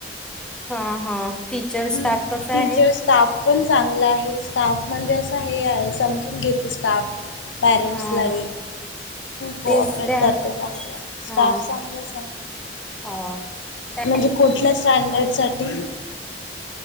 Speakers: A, in the centre; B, on the left.
A: हा हा टीचर
B: हम्
A: स्टाफ कसा
B: टीचर्स
A: आहे?
B: स्टाफ पण चांगला आहे स्टाफ म्हणजे असं हे आहे समजून घेते स्टाफ पॅरेंट्सलाही
A: हा
B: कोऑपरेट
A: तेच त्या
B: करते चांगलं स्टाफ
A: हा
B: चांगलंच आहे
A: हा त्यांचं
B: म्हणजे कुठल्या स्टँडर्ड साठी